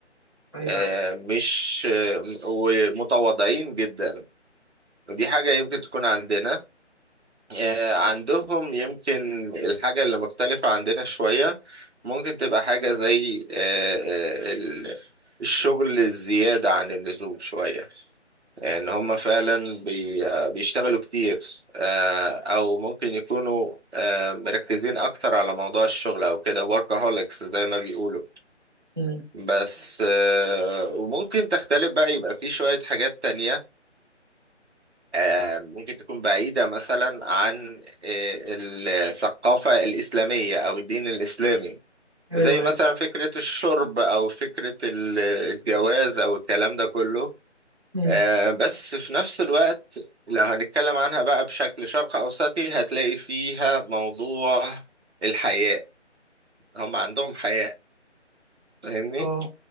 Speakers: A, on the right; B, on the right.
A: ايوه
B: آه،
A: ايوه
B: مش آه، ومتواضعين جدا ودي حاجة يمكن تكون عندنا آه، عندهم يمكن الحاجة اللي مختلفة عندنا شوية ممكن تبقى حاجة زي آه، آه، ال- الشغل الزيادة عن اللزوم شوية إن هم فعلا بي- آه، بيشتغلوا كتير آه، أو ممكن يكونوا آه، مركزين أكتر على موضوع الشغل أو كده workaholics زي ما بيقولوا
A: مم.
B: بس آه، وممكن تختلف بقى يبقى في شوية حاجات تانية آه، ممكن تكون بعيدة مثلا عن آه، الثقافة الإسلامية أو الدين الإسلامي
A: ايوه
B: زي
A: ايوه
B: مثلا فكرة الشرب أو فكرة ال- الجواز أو الكلام ده كله
A: مم.
B: آه، بس في نفس الوقت لو هنتكلم عنها بقى بشكل شرق أوسطي هتلاقي فيها موضوع الحياء هم عندهم حياء فاهمني
A: اه